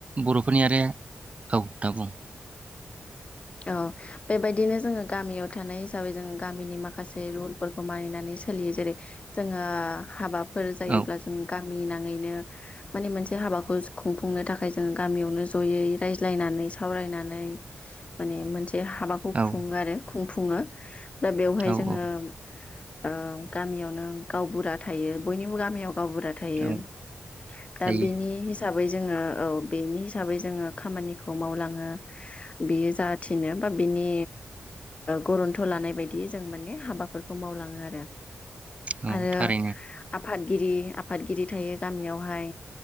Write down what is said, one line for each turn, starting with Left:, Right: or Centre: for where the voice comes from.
Right: बर'फोरनि आरो औ दा बुं
Left: औ बेबायदिनो जोङो गामियाव थानाय हिसाबै जोङो गामिनि माखासे रुलफोरखौ मानिनानै सोलियो जेरै जोङो हाबा--' फोर जायोब्ला
Right: औ
Left: जों गा गामि नाङैनो माने मोनसे हाबाखौ खुंफुंनो थाखाय जोंङो गामियावनो ज'यै रायज्लायनानै सावरायनानै माने मोनसे बे हाबाखौ
Right: औ
Left: खुङो आरो खुंफुङो दा बेवहाय
Right: औ
Left: जोङो
Right: औ
Left: ओ गामियावनो गावबुरा थायो बयनिबो गामियाव गावबुरा थायो
Right: औ
Left: दा
Right: जायो
Left: बेनि हिसाबै जोङो औ बेनि हिसाबै जोङो खामानिखौ मावलाङो बियो जा थिनो बा बिनि गरन्थ' लानाय बायदि जों माने हाबाफोरखौ मावलाङो आरो
Right: औ
Left: आरो
Right: थारैनो
Left: आफादगिरि आफादगिरि थायो गामियावहाय